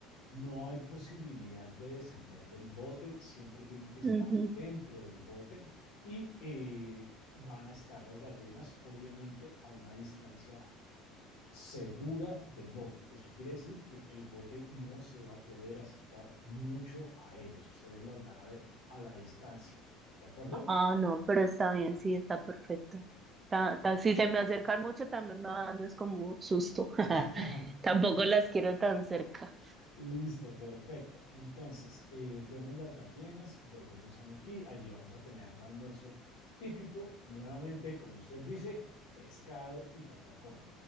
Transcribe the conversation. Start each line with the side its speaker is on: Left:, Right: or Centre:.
Left: No hay posibilidad de descender del bote, siempre tienen que estar
Right: Ujú.
Left: dentro del bote y eh, van a estar las ballenas, obviamente, a una distancia segura del bote. Eso quiere decir que el bote no se va a poder acercar mucho a ellas. Ustedes las van a ver a la distancia. ¿De acuerdo?
Right: Ah, no, pero está bien, sí, está perfecto. Ta- ta- si se me acercan mucho también me va dando es como susto. <laughs>
Left: <laughs>
Right: Tampoco las quiero tan cerca.
Left: Listo, perfecto. Entonces, eh, vemos las ballenas, volvemos a Nuquí, allí vamos a tener un almuerzo típico, nuevamente, como usted dice, pescado y patacón.